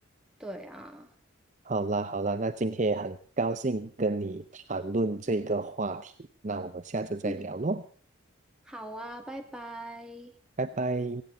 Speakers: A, in the centre; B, on the right.
A: 对啊，
B: 好啦好啦，那今天也很高兴跟你谈论这个话题，那我们下次再聊喽，
A: 嗯。好啊，拜拜。
B: 拜拜。